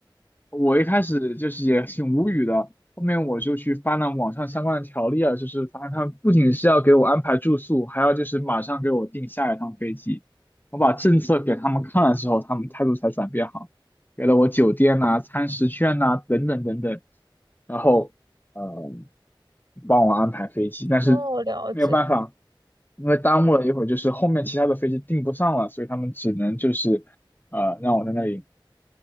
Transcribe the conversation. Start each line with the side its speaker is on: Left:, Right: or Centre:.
Left: 我一开始就是也挺无语的，后面我就去翻了网上相关的条例啊，就是发现他们不仅是要给我安排住宿，还要就是马上给我订下一趟飞机。我把政策给他们看了之后，他们态度才转变好。给了我酒店呐、餐食券呐、等等等等，然后嗯呃帮我安排飞机，但是没有办法，
Right: 哦，了解，
Left: 因为耽误了一会儿，就是后面其他的飞机订不上了，所以他们只能就是呃让我在那里